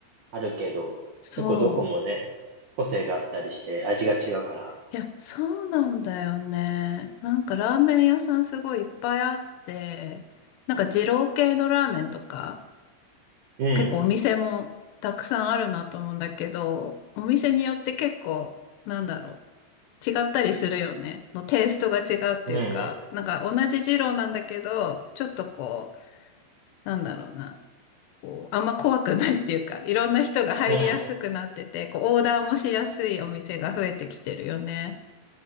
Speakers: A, on the right (about 75°); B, on the left (about 80°).
A: あるけど、
B: そう。
A: 結構どこもね、個性があったりして味が違うから、
B: いや、そうなんだよね。なんかラーメン屋さんすごいいっぱいあって、なんか二郎系のラーメンとか、
A: うん。
B: 結構お店もたくさんあるなと思うんだけど、お店によって結構、なんだろう。違ったりするよね。そのテイストが違うっていうか、
A: うんうん。
B: なんか同じ二郎なんだけど、ちょっとこう、なんだろうな。こう、あんま怖くないっていうか、いろんな人が入りやすくなってて、
A: うん。
B: こう、オーダーもしやすいお店が増えてきてるよね。